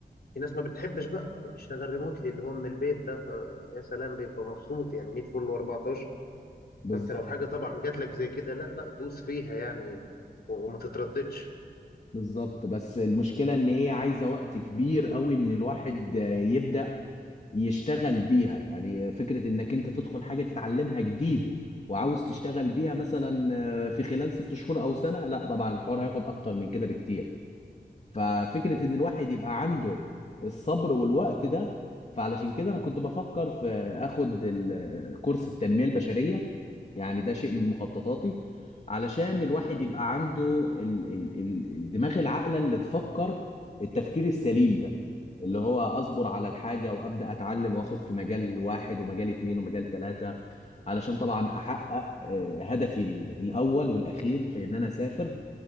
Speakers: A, on the left (about 65°); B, on the left (about 40°).
A: في ناس ما بتحبش بقى فبيشتغل ريموتلي اللي هو من البيت ده فيا سلام بيبقى مبسوط يعني 100 فل و14
B: ده؟
A: فانت لو حاجه طبعا جات لك زي كده لا لا دوس فيها يعني وما تترددش
B: بالظبط بس المشكلة ان هي عايزة وقت كبير قوي ان الواحد آه، يبدأ يشتغل بيها يعني فكرة انك انت تدخل حاجة تتعلمها جديد وعاوز تشتغل بيها مثلا آه، في خلال ست شهور او سنة لا طبعا الحوار هياخد اكتر من كده بكتير ففكرة ان الواحد يبقى عنده الصبر والوقت ده فعلشان كده انا كنت بفكر في اخد ال- كورس التنمية البشرية يعني ده شيء من مخططاتي علشان الواحد يبقى عنده ال ال ال الدماغ العاقلة اللي تفكر التفكير السليم ده اللي هو اصبر على الحاجة وابدأ اتعلم واخد في مجال واحد ومجال اتنين ومجال تلاتة علشان طبعا احقق آه، هدفي ال- الاول والاخير في ان انا اسافر